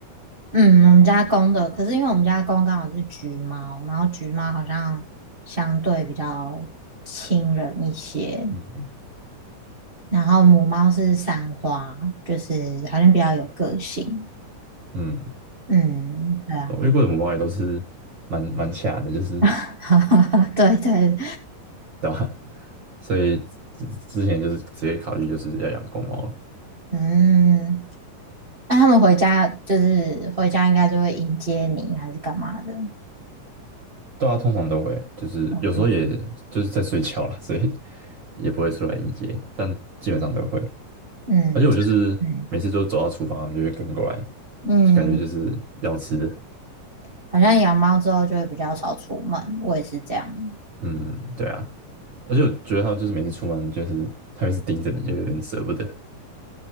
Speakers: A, on the right (about 85°); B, on the right (about 40°).
A: 嗯，我们家公的，可是因为我们家公刚好是橘猫，然后橘猫好像相对比较亲人一些。
B: 嗯嗯。
A: 然后母猫是三花，就是好像比较有个性。
B: 嗯
A: 嗯，对啊，
B: 对我遇过的母猫也都是蛮蛮卡的，就是
A: <laughs> 对对，
B: 对吧？<laughs> 所以之之前就是直接考虑就是要养公猫了。
A: 嗯，那他们回家就是回家应该就会迎接你还是干嘛的？
B: 对啊，通常都会，就是有时候也就是在睡觉啦，
A: 嗯
B: <laughs> 所以也不会出来迎接，但基本上都会。
A: 嗯
B: 而且我就是每次都走到厨房，
A: 嗯
B: 他们就会跟过来，
A: 嗯，
B: 就感觉就是要吃的。
A: 好像养猫之后就会比较少出门，我也是这样。
B: 嗯，对啊。而且我觉得他们就是每次出门，就是他们是盯着你，就有点舍不得。